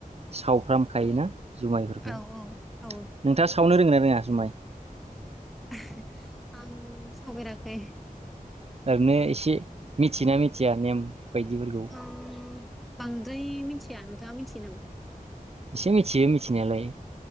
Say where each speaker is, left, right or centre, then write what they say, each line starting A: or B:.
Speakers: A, on the right; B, in the centre.
A: सावफ्रामखायोना । जुमायफोरखौ
B: औ
A: नोंथाङा
B: औ औ
A: सावनो रोंङो ना? रोङा जुमाइ?
B: <unintelligible> आं सावफेराखै ।
A: ओरैनो एसे मिथियो ना मिथिया नेम बायदिफोरखौ?
B: आं बांद्राय मिथिया नोंथाङा मिथियो नामा?
A: एसे मिथियो मिथिनायालाय।